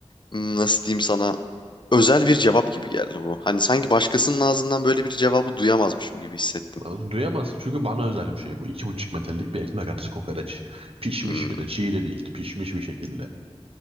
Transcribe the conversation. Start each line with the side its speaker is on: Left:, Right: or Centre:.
Left: hmm, nasıl diyeyim sana özel bir cevap gibi geldi bu. Hani sanki başkasının ağzından böyle bir cevabı duyamazmışım gibi hissettim.
Right: Oğlum Duyamazsın çünkü bana özel bir şey bu. İki buçuk metrelik bir ekmek arası kokoreç. Pişmiş
Left: Hmm,
Right: bir de çiğ de değil. Pişmiş bir şekilde.